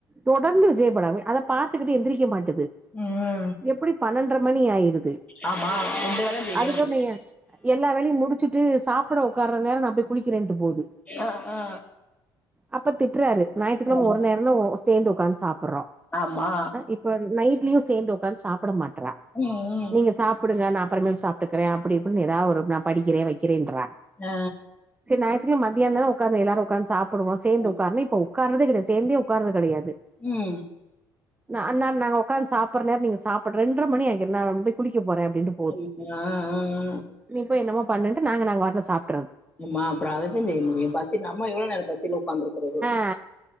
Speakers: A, on the right; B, on the left.
A: தொடந்து விஜ படமே அத பாத்துக்கிட்டு எந்திரிக்க மாட்டுது
B: ம்
A: எப்டி பன்னெண்ரை மணி ஆயிருது
B: ஆமா எந்த வேலையு செய்ய
A: அதுக்குள்ளயு
B: முடியாது
A: எல்லா வேலயு முடிச்சுட்டு சாப்ட உக்கார்ற நேரோ நா போய் குளிக்கிறேன்டு போது
B: ஆ ஆ
A: அப்ப திட்றாரு ஞாயித்துக்கெழம
B: ஆமா
A: ஒரு நேரோ தா ஓ சேந்து உக்காந்து சாப்றோ
B: ஆமா
A: இப்ப நைட்லயு சேந்து உக்காந்து சாப்ட மாட்ற
B: ம் ம்
A: நீங்க சாப்டுங்க நா அப்பறமேல் சாப்டுக்கிறே அப்டி இப்டினு ஏதாவொரு நா படிக்கிறே வக்கிறேன்றா
B: ஆ
A: செரி ஞாய்த்துக்கு மத்யானோ தானே உக்காந்து எல்லாரு உக்காந்து சாப்டுவோ சேந்து
B: ம்
A: உக்காருனு இப்ப உட்கரதே கெடையது சேந்தே உட்கரது கெடையாது
B: ம்
A: நா நா நாங்க உக்காந்து சாப்ட்ர நேரோ நீங்க சாப்பட்ர ரெண்ட்ர மணி ஆயிங்ர நா பேய் குளிக்க போற அப்டின்டு
B: செரி இப் அ அ அ
A: நீ போய் என்னமா பண்ணுட்டு நாங்க நாங்கவாட்ல சாப்
B: ம்மா அப்றோ அதத்தா செய்ய முடியு பசி நம்ம எவ்ளோ நேரோ பசில உக்காந்துர்க்றது
A: ஆ